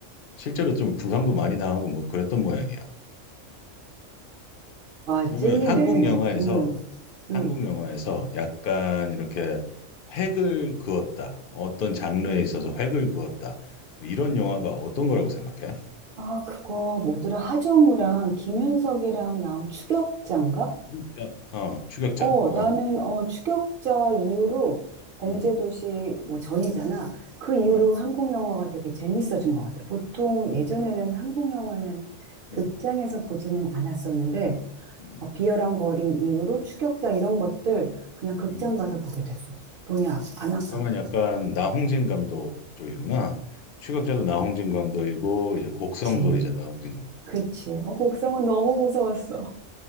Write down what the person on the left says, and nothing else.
실제로 좀 부상도 많이 당하고 뭐 그랬던 모양이야.
그러면
한국 영화에서
한국
영화에서 약간 이렇게 획을 그었다. 어떤 장르에 있어서 획을 그었다. 뭐 이런 영화가 어떤 거라고 생각해?
추격자. 어, 추격자.
어,
음,
음,
음,
음,
음.
그러면 약간 나홍진 감독 쪽이구나. 추격자도 나홍진 감독이고 이제 곡성도
이제 나홍진 감독.